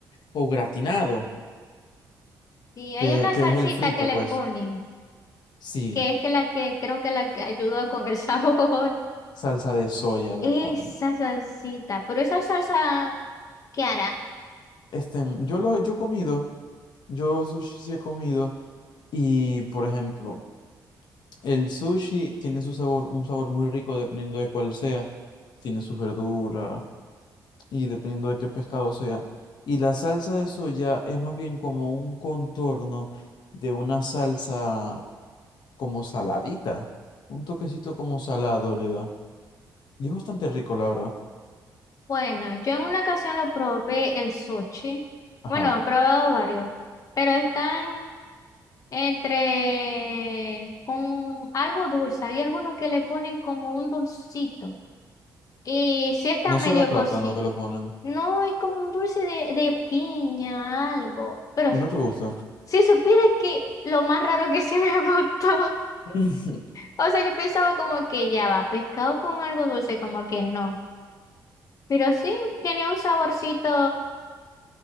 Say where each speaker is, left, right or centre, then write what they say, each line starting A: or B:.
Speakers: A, on the left; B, on the left.
A: o gratinado,
B: Y hay
A: que,
B: una
A: que
B: salsita
A: es el frito,
B: que le
A: pues.
B: ponen,
A: Sí,
B: que es que la que creo que la que ayuda con el sabor.
A: salsa de soya
B: <laughs>
A: le
B: Esa
A: ponen.
B: salsita, pero esa salsa, ¿qué hará?
A: Este, yo lo yo he comido, yo sushi sí he comido, y por ejemplo, el sushi tiene su sabor, un sabor muy rico dependiendo de cuál sea. Tiene sus verduras, y dependiendo de qué pescado sea. Y la salsa de soya es más bien como un contorno de una salsa como saladita, un toquecito como salado le da. Y es bastante rico, la verdad.
B: Bueno, yo en una ocasión lo probé el sushi.
A: Ajá.
B: Bueno, he probado varios, pero están entre con algo dulce. Hay algunos que le ponen como un dulcito. Y sí está
A: No
B: medio
A: será plátano
B: cosito.
A: que lo ponen.
B: No es como un dulce de, de piña, algo. Pero
A: ¿Y no te gusta?
B: si supiera que lo más raro que sí me <laughs> gustó.
A: <laughs>
B: O sea, yo pensaba como que ya va, pescado con algo dulce, como que no. Pero sí, tiene un saborcito,